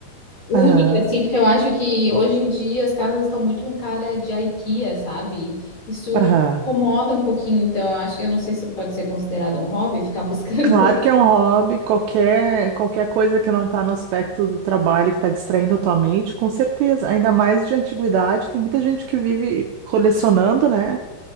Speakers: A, on the left; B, on the right.
A: única,
B: Aham,
A: assim, porque eu acho que hoje em dia as casas estão muito com cara de IKEA, sabe? Isso
B: aham.
A: incomoda um pouquinho, então eu acho que eu não sei se pode ser considerado um hobby, ficar buscando.
B: Claro que é um hobby, qualquer, qualquer coisa que não está no aspecto do trabalho, que está distraindo a tua mente, com certeza. Ainda mais de antiguidade, tem muita gente que vive colecionando, né?